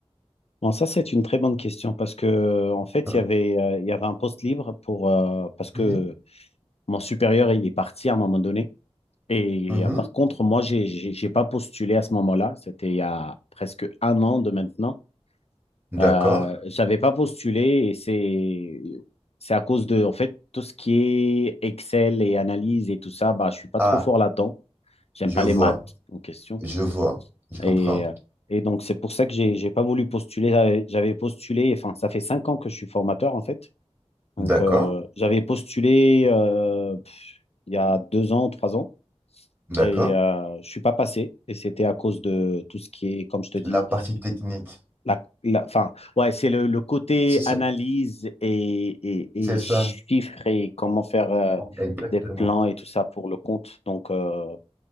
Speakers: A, on the left; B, on the right.
A: Bon, ça, c'est une très bonne question parce que, en fait,
B: Hein.
A: il y avait, euh, il y avait un poste libre pour, euh, parce que
B: Mhm.
A: mon supérieur, il est parti à un moment donné. Et
B: Mhm.
A: euh, par contre, moi, j'ai, j'ai j'ai pas postulé à ce moment-là. C'était il y a presque un an de maintenant.
B: D'accord.
A: Euh, j'avais pas postulé et c'est c'est à cause de en fait tout ce qui est Excel et analyse et tout ça, bah je suis pas
B: Ah,
A: trop fort là-dedans. J'aime
B: je
A: pas
B: vois,
A: les maths en question
B: je vois, je comprends.
A: et euh, et donc c'est pour ça que j'ai j'ai pas voulu postuler. J'avais j'avais postulé, enfin ça fait cinq ans que je suis formateur en fait. Donc
B: D'accord,
A: euh, j'avais postulé euh, pff, il y a deux ans, trois ans
B: d'accord.
A: et euh, je suis pas passé et c'était à cause de tout ce qui est comme je te dis
B: La partie technique,
A: La, la- enfin, ouais, c'est le, le côté
B: c'est sûr,
A: analyse et, et, et
B: c'est ça,
A: chiffres et comment faire euh,
B: exactement.
A: des plans et tout ça pour le compte. Donc, euh,